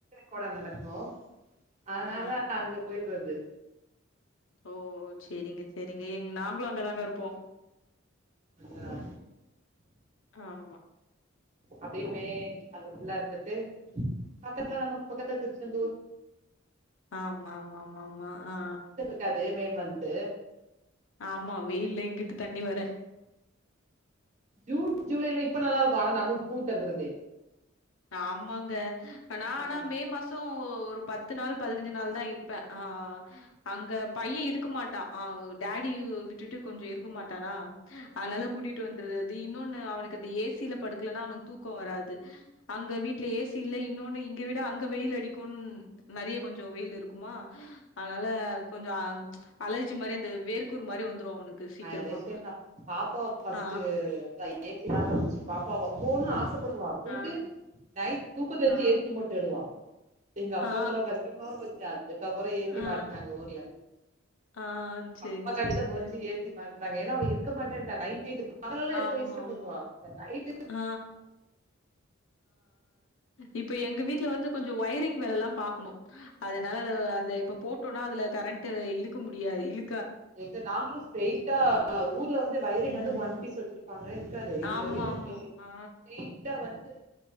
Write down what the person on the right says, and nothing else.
கொட நடக்கு அதனால
அங்கு பொய்ர்றது
ஆ
அப்பயமே அங்க ஃபுல்ல இருந்துட்டு பக்கத்துல நமக்கு பக்கத்து திருச்சந்தூர்
இக்கது மே மந்து
ஜூன் ஜூலைல இப்ப நல்லா இருக்கும் ஆனா நமக்கு ஸ்கூல் தொருந்துறது
ஆ
ஆ
அதே விஷயம் தான் பாப்பா ஃபஸ்ட்டு
ஏசி இல்லமா இருந்துச்சு பாப்பாவா போனு ன்னு ஆசப்படுவா போய்ட்டு
நைட் தூக்கத்துல
என்ச்சி ஏசி ரிமோட் தெடுவா எங்க அப்பாவுக்குல்லா
கஷ்டமா போச்சு அதுக்கப்பறம் ஏசி
மாட்டினாங்க ஊர்ல
பாப்பாக்காண்டி
தா மோஸ்ட்லி ஏசி மாட்ரங் அவ இருக்க மாட்டேன்டா நைட் ட்டு பகல் எல்லா இருக்க
இஷ்ட பண்ணுவ இந்த நைட்
எங்க நாங்களும் ஸ்ரேய்ட்டா ஊர்ல வந்து வயரிங்
வந்து ஒன் பீஸ் வெச்சிருப் பாங்க இருக்காது எங்க
வீட்டுக்கு
ஸ்ரேய்ட்ட வ ந்து